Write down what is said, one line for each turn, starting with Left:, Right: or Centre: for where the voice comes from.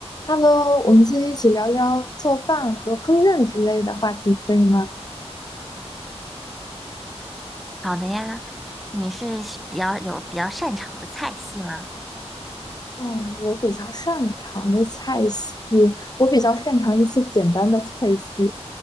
Left: Hello，我们今天一起聊聊做饭和烹饪之类的话题，可以吗？
Centre: 好的呀，你是喜比较有比较擅长的菜系吗？
Left: 哦，我比较擅长的菜系，我比较擅长一些简单的菜系。